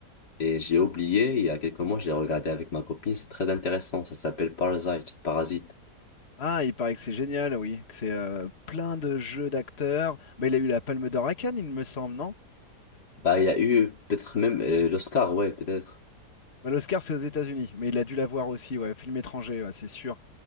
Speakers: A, on the left; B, on the left.
A: Et j'ai oublié, il y a quelques mois, je l'ai regardé avec ma copine. C'est très intéressant. Ça s'appelle Parasite. Parasite.
B: Ah, il paraît que c'est génial, oui, que c'est euh, plein de jeux d'acteurs. Bah, il a eu la Palme d'Or à Cannes, il me semble, non?
A: Bah, il y a eu peut-être même euh, l'Oscar, ouais, peut-être.
B: Bah, l'Oscar, c'est aux États-Unis, mais il a dû l'avoir aussi, ouais, film étranger, ouais, c'est sûr.